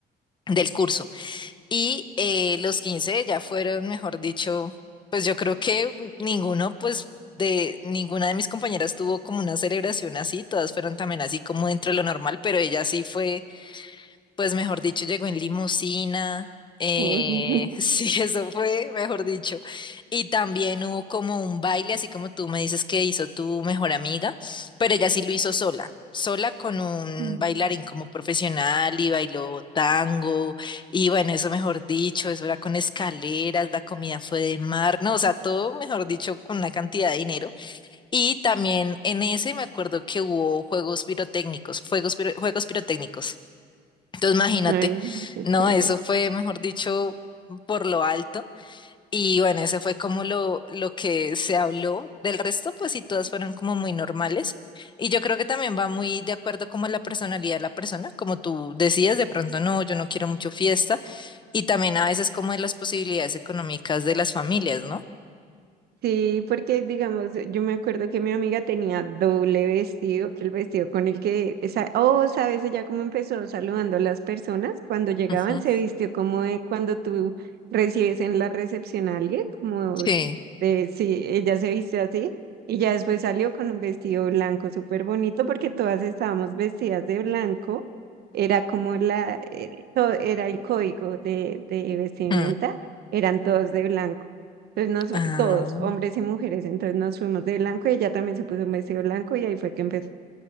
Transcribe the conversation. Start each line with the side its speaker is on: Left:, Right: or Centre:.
Left: del curso. Y eh, los 15 ya fueron, mejor dicho, pues yo creo que ninguno, pues de ninguna de mis compañeras tuvo como una celebración así, todas fueron también así como dentro de lo normal, pero ella sí fue pues mejor dicho, llegó en limusina. eh,
Right: Uy.
Left: <laughs> sí, eso fue, mejor dicho. Y también hubo como un baile, así como tú me dices que hizo tu mejor amiga, pero ella sí lo hizo sola, sola con un
Right: <laughs>
Left: bailarín como profesional y bailó tango. Y bueno, eso mejor dicho, eso era con escaleras, la comida fue de mar, no, o sea, todo mejor dicho con una cantidad de dinero. Y también en ese me acuerdo que hubo juegos pirotécnicos, fuegos piro- juegos pirotécnicos. Entonces, imagínate,
Right: Ay, qué
Left: no,
Right: chévere.
Left: eso fue, mejor dicho, por lo alto. Y bueno, eso fue como lo, lo que se habló. Del resto, pues sí, todas fueron como muy normales. Y yo creo que también va muy de acuerdo como a la personalidad de la persona, como tú decías, de pronto no, yo no quiero mucho fiesta. Y también a veces como de las posibilidades económicas de las familias, ¿no?
Right: Sí, porque digamos, yo me acuerdo que mi amiga tenía doble vestido, que el vestido con el que, esa, oh, sabes, ella cómo empezó saludando a las personas cuando llegaban,
Left: Ujú.
Right: se vistió como de cuando tú recibes en la recepción a alguien, como
Left: Sí.
Right: de, sí, ella se vistió así, y ya después salió con un vestido blanco súper bonito porque todas estábamos vestidas de blanco, era como la, eh, to- era el código de, de vestimenta,
Left: Mm.
Right: eran todos de blanco. Entonces
Left: Ah,
Right: nos, fu- todos, hombres y mujeres, entonces nos fuimos de blanco y ella también se puso un vestido blanco y ahí fue que empezó.